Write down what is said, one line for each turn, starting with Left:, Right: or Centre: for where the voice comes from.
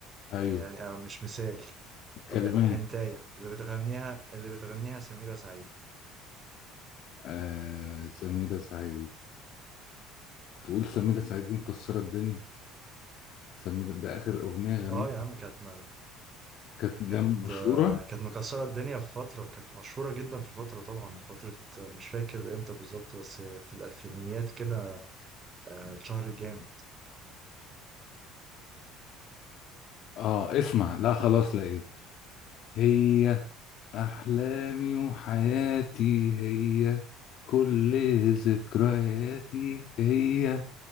Left: ايوه
Right: يعني أو مش مثال
Left: الكلمات
Right: آه، هنتاية اللي بتغنيها اللي بتغنيها سميرة سعيد
Left: آه سميرة سعيد تقول سميرة سعيد دي مكسرة الدنيا سميرة ده اخر اغنية غنتها
Right: اه يا عم كانت مر...
Left: كانت جام
Right: كانت
Left: مشهورة
Right: آه، كانت مكسرة الدنيا في فترة كانت مشهورة جدا في فترة طبعا في فترة آه، مش فاكر امتى بالظبط بس في الألفينيات كده آه، اتشهرت جامد
Left: اه اسمع لا خلاص لقيت هي احلامي وحياتي هي كل ذكرياتي هي